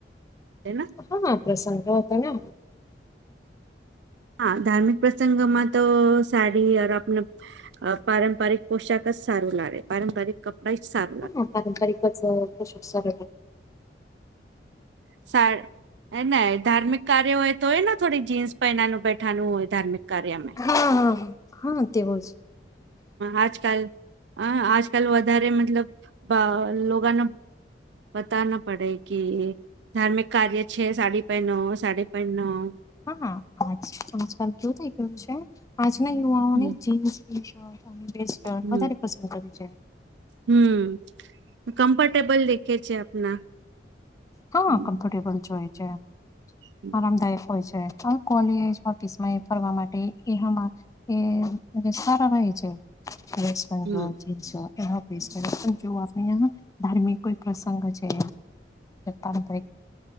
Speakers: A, on the right; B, on the left.
A: છે ને
B: હા, પ્રસંગ હતો ને.
A: હા, ધાર્મિક પ્રસંગ માં તો સાડી આપને પારંપરિક પોશાક જ સારું લાગે પારંપરિક ક રઈટ સાર
B: હા, ના પારંપરિક કશું સર
A: સાર. ધાર્મિક કાર્ય હોય તો એ ને થોડીક જીન્સ પહેનાનું બેઠાનું હોય ધાર્મિક કાર્યમે.
B: હા, હા, હા તે બોલ.
A: આજકાલ હ આજકાલ વધારે મતલબ લોકોગનો. બતાના પડે કે. ધાર્મિક કાર્ય છે સાડી પૈ નવ સાડ પૈ નવ.
B: હા આજકાલ કેવુ થઈ ગયું છે આજના યુવાઓને
A: હમ
B: જીન્સ. ટી શર્ટ અને વેસ્ટર્ન
A: હમ
B: વધારે પસંદ કરે છે.
A: હમ કમ્ફર્ટેબલ દેખે છે આપના.
B: હા
A: હમ
B: કમ્ફર્ટેબલ જ હોય છે
A: હમ
B: આરામદાયક હોય છે. કોલેજ ઓફિસમાં એ ફરવા માટે એમાં એ સારા રહે છે. વક્સ્ટ બેંગલ.
A: હમ.
B: ધાર્મિક કોઈ પ્રસંગ છે. પારંપરિક